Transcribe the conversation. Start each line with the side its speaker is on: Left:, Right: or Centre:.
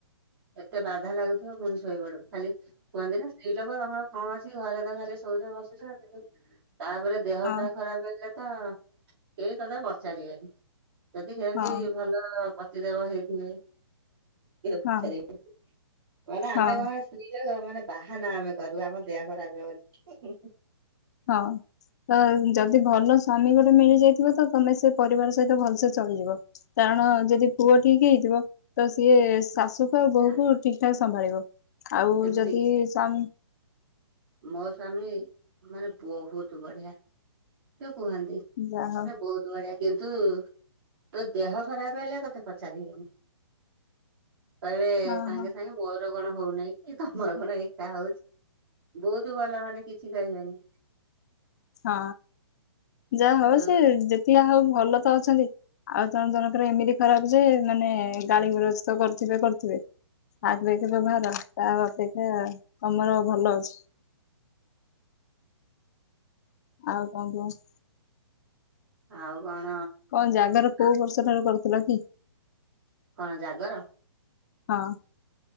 Right: ଏତେ ବାଧା ଲାଗୁଥିବ ପୁଣି ଶୋଇପଡ, ଖାଲି କୁହନ୍ତି ନା ସ୍ତ୍ରୀ ଲୋକ ତମର କଣ ଅଛି ଘରେ ତ ଖାଲି ସୋଉଚ ବସୁଛ କିନ୍ତୁ ତାପରେ ଦେହ
Left: ହଁ
Right: ପେହ ଖରାପ ହେଲେ ତ କେହି ପଦେ ପଚାରିବେନି, ଯଦି ସେନ୍ତି
Left: ହଁ
Right: ଭଲ ପତି ଦେବ ହେଇଥିବେ, ପଚାରିବେ
Left: ହଁ
Right: କହେ ଆମେ
Left: ହଁ
Right: କଣ ସ୍ତ୍ରୀ ର ମାନେ ବାହାନା ଆମେ କରିବୁ ଆମ ଦେହ ଖରାପ ହବ ବୋଲି।
Left: ହଁ ତ ଯଦି ଭଲ ସ୍ୱାମୀ ଗୋଟେ ମିଳି ହେଇଥିବ ତ ତମେ ସେ ପରିବାର ସହିତ ଭଲସେ ଚଳିଯିବ, କାରଣ ଯଦି ପୁଅ ଠିକ ହେଇଥିବ ତ ସେ ସିଏ ଶାଶୁ କୁ ଆଉ ବୋହୂ
Right: ନା
Left: କୁ ଠିକ ଠାକ ସମ୍ଭାଳିବ ଆଉ
Right: ସେମିତି
Left: ଯଦି
Right: କିଛି
Left: ସ୍ଵା
Right: ମୋ ସ୍ଵାମୀ ମାନେ ବହୁତ ବଢିଆ। କୁହନ୍ତି ମ
Left: ଯାହା
Right: ବହୁତ ବଢିଆ, କିନ୍ତୁ ତୋ ଦେହ ଖରାପ ହେଲେ ତତେ ପଚାରିବେନି। କହିବେ
Left: ହଉ
Right: ସାଙ୍ଗେ
Left: ହଁ ହଁ
Right: ସାଙ୍ଗେ ମୋର କଣ ହଉନହିଁ କି ତମର କଣ ଏକା ହଉଛି? ବୋଧ ବାଲା ମାନେ କିଛି ଖାଇବେନି।
Left: ହଁ ଯାହା ହଉ
Right: ଆଉ
Left: ସେ ଯେତିକେ ହଉ ଭଲ ତ ଅଛନ୍ତି, ଆଉ ଜଣ ଜଣଙ୍କର ଏମିତି ଖରାପ ଯେ ମାନେ ଗାଳିଗୁଲଜ ତ କରୁଥିବେ କରୁଥିବେ। ଆଗ ବ୍ୟବହାର ତା ଅପେକ୍ଷା ତମର ଭଲ ଅଛି। <inaudible> ଆଉ କଣ କୁହ।
Right: ଆଉ କଣ
Left: କଣ ଜାଗର କୋଉ
Right: ଆଉ
Left: ବର୍ଷ ଠାରୁ କରୁଥିଲ କି?
Right: କଣ ଜାଗର
Left: ହଁ।